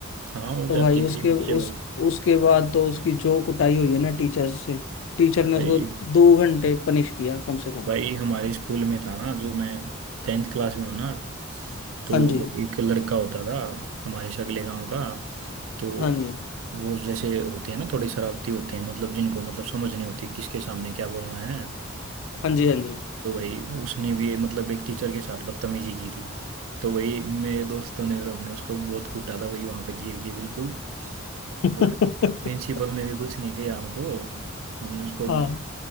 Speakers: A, on the right; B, on the left.
A: हाँ हो
B: तो
A: जाती
B: भाई
A: है
B: उसके
A: कई बच्चे
B: उस
A: भाई
B: उसके बाद तो उसकी जो कुटाई हुई है ना टीचर से टीचर
A: भाई
B: ने उसको दो घंटे पनिश किया कम से कम
A: भाई हमारे स्कूल में था ना जो मैं टेंथ क्लास में हूँ ना तो
B: हाँ जी
A: वो एक लड़का होता था हमारे शगले गांव का तो
B: हाँ जी
A: वो जैसे होते हैं ना थोड़े शरारती होते हैं मतलब जिनको मतलब समझ नहीं होती किसके सामने क्या बोलना है
B: हाँ जी हाँ जी
A: तो भाई उसने भी मतलब एक टीचर के साथ बदतमीजी की थी तो वही मेरे दोस्तों ने और हमने उसको बहुत कूटा था वही वहां पे गिर के बिल्कुल
B: <laughs>
A: और प्रिंसिपल ने भी कुछ नहीं किया हमको हमने उसको
B: हाँ